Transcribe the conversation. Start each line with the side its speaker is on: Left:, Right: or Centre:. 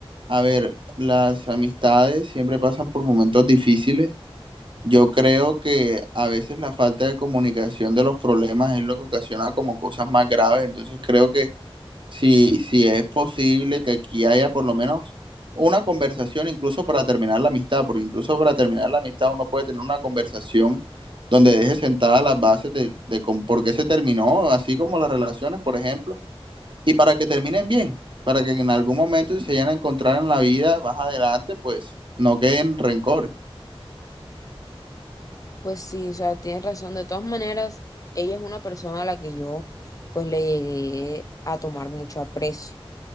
Right: a ver, las amistades siempre pasan por momentos difíciles Yo creo que a veces la falta de comunicación de los problemas es lo que ocasiona como cosas más graves. Entonces creo que si, si es posible que aquí haya por lo menos una conversación, incluso para terminar la amistad, porque incluso para terminar la amistad uno puede tener una conversación donde deje sentadas las bases de, de con- por qué se terminó, así como las relaciones, por ejemplo, y para que terminen bien, para que en algún momento si se vayan a encontrar en la vida más adelante, pues no queden rencores.
Left: Pues sí, o sea, tienes razón. De todas maneras, ella es una persona a la que yo pues le llegué a tomar mucho aprecio,